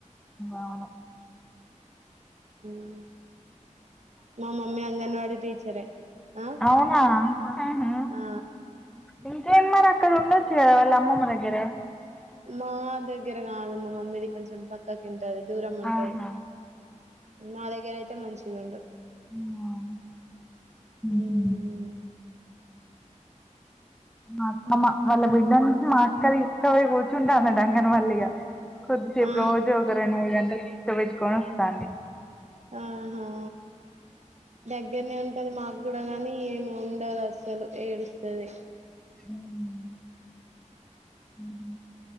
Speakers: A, in the centre; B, on the right.
A: అవును
B: మ్ మా మమ్మీ అంగన్వాడి టీచరే ఆ
A: అవునా, మ్ హు హూ
B: ఆ
A: ఇంకేం మరి అక్కడ ఉండొచ్చు కదా వాళ్ళ అమ్మమ్మ దగ్గరే
B: మా దగ్గర కాదు మా మమ్ది కొంచం పక్క కు ఉంటాది. దూరం ఉంటాది.
A: ఆహా అవునా.
B: మా దగ్గర అయితే మంచిగ ఉండు.
A: అవును ఉమ్
B: మ్
A: హూ మా అక్క వాళ్ళ బిడ్డ ను మా అక్క తీసుకపోయి కూర్చుంటా అన్నది అంగన్వాడీల ఇగా కొద్దిసేపు
B: ఆ
A: రోజు ఒక రెండు మూడు గంటలు కూర్చబెట్టుకొని వస్తాంది
B: ఆహా దగ్గరనే ఉంటది మాకు కూడా గానీ ఈమె ఉండదు అస్సలు ఏడుస్తది
A: ఉమ్ ఉహు